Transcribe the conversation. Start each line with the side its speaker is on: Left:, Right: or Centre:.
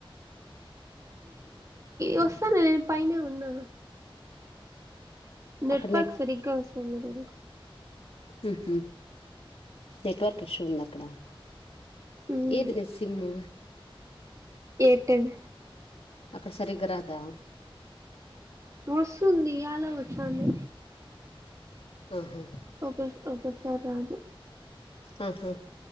Right: వస్తే నేను పైనే ఉన్నా నెట్ఫక్
Left: అక్కడ
Right: సరిగ్గా వస్తలేదు
Left: ఉహు నెట్వర్క్ ఇష్యూ ఉందా అక్కడ
Right: ఉమ్
Left: ఏది బె సిమ్ము
Right: ఎయిర్టెల్
Left: అక్కడ సరిగ్గా రాదా
Right: వస్తుంది ఇయ్యాలా వస్తాంది
Left: ఆహా
Right: ఒక ఒకసారి రాదు
Left: ఆహా